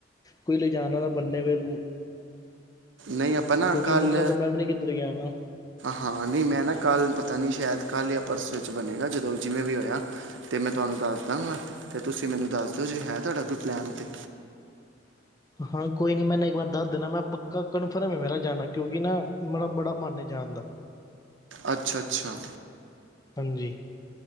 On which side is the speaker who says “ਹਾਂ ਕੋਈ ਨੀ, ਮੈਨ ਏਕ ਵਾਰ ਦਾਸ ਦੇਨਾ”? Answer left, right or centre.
Left